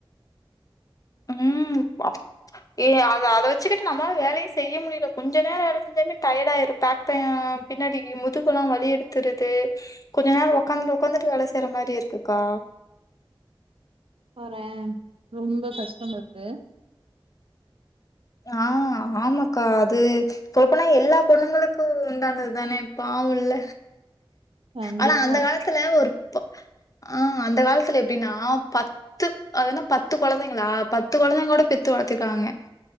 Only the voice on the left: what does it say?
ம் ஏ அத அத வச்சுக்கிட்டு நம்மளால வேலயே செய்ய முடில கொஞ்சோ நரோ வேல செஞ்சாலுமே டயர்ட் ஆயிரு பக் பேன் ஆ பின்னாடி முதுகெல்லா வழி எடுத்துருது கொஞ்ச நேரோ உக்காந்துட்டு உக்காந்துட்டு வேல செய்ற மாரி இருக்குக்கா
ஆ ஆமாக்கா அது ஓப்பனா எல்லா பொண்ணுங்களுக்கு உண்டானதுதான பாவுல்ல
ஆனா அந்த காலத்துல ஒரு ஆ ‌அந்த காலத்துல எப்டினா பத்து அதுனா பத்து கொழந்தைங்களா பத்து கொழந்தைங்கோட பெத்து வளத்திகாங்க